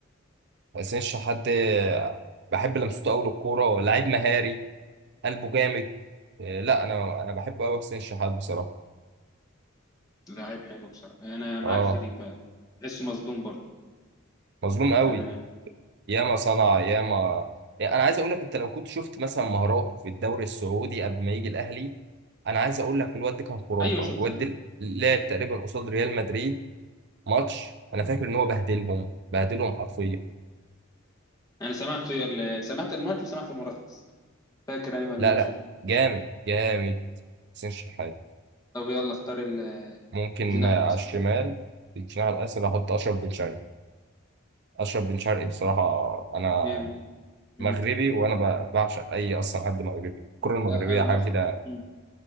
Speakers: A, on the right (about 55°); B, on the left (about 15°).
A: حسين شحات ده بحب لمسته قوي للكورة لاعب مهاري قلبه جامد آه، لا انا انا بحبه قوي حسين شحات بصراحة
B: لعيب حلو بصراحه انا معاك
A: اه
B: في دي فعلا تحسه مظلوم برضه
A: مظلوم قوي
B: تمام
A: ياما صنع ياما يعني انا عايز اقول لك انت لو كنت شفت مثلا مهاراته في الدوري السعودي قبل ما يجي الاهلي انا عايز اقول لك الواد ده كان خرافه
B: ايوه شفتها
A: الواد ده لعب تقريبا قصاد ريال مدريد ماتش انا فاكر ان هو بهدلهم بهدلهم حرفيا
B: انا سمعته يا سمعت الماتش وسمعت الملخص فاكر انا بقى الماتش
A: لا لا
B: ده
A: جامد جامد حسين شحات
B: طب يلا اختار ال-
A: ممكن
B: الجناح
A: آه،
B: الايسر
A: على الشمال في الجناح الايسر احط اشرف بن شرقي اشرف بن شرقي بصراحه انا
B: مين؟ مم.
A: مغربي وانا ب- بعشق اي اصلا حد مغربي الكره المغربيه
B: لا انا
A: حاجه
B: لو أخ...
A: كده
B: مم.